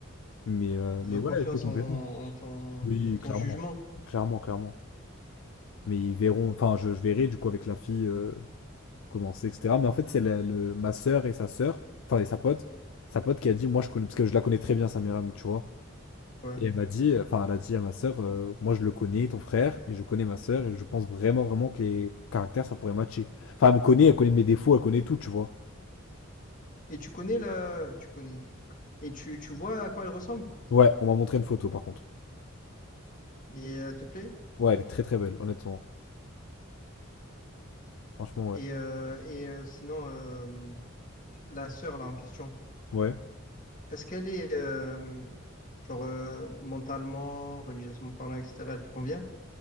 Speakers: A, on the left; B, on the left.
A: Mais, euh,
B: ils
A: mais
B: ont
A: ouais,
B: confiance
A: écoute, on
B: en,
A: verra.
B: en ton,
A: Oui,
B: en ton
A: clairement.
B: jugement.
A: Clairement, clairement. Mais ils verront, enfin, je, je verrai du coup avec la fille euh, comment c'est, etc. Mais en fait, c'est la- le, ma sœur et sa sœur, enfin, et sa pote, sa pote qui a dit, moi je connais, parce que je la connais très bien, sa meilleure amie, tu vois.
B: Ouais.
A: Et elle m'a dit, enfin, elle a dit à ma sœur, euh, moi je le connais, ton frère, et je connais ma sœur, et je pense vraiment, vraiment que les caractères, ça pourrait matcher. Enfin, elle me connaît, elle connaît mes défauts, elle connaît tout, tu vois.
B: Et tu connais la... Tu connais. Et tu, tu vois à quoi elle ressemble?
A: Ouais, on m'a montré une photo par contre.
B: Et euh, elle te plaît?
A: Ouais, elle est très très belle, honnêtement. Franchement, ouais.
B: Et, euh, et euh, sinon, euh, la sœur, là, en question.
A: Ouais.
B: Est-ce qu'elle est, euh, genre, euh, mentalement, religieusement parlant, etc., elle te convient?